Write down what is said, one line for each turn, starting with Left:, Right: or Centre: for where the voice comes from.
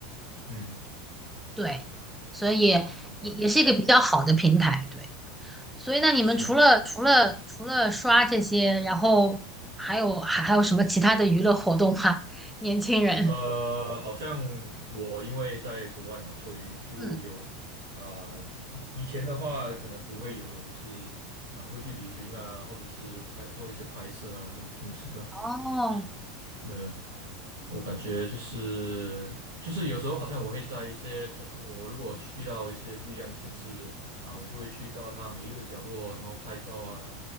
Right: 嗯
Centre: 对，所以也也是一个比较好的平台，
Right: 啊，明白明白，
Centre: 对。所以那你们除了除了除了刷这些，
Right: 是。
Centre: 然后还有还还有什么其他的娱乐活动吗？<laughs> 年轻人，
Right: 呃，好像我因为在国外嘛，所以就有啊、
Centre: 嗯，
Right: 以以前的话可能不会有的，就是啊、会去旅行啊，或者是拍做一些拍摄啊这种东西吧。
Centre: 哦，
Right: 对，我感觉就是就是有时候好像我会在一些城，我我如果去到一些不一样的城市啊，我就会去到它每一个角落，然后拍照啊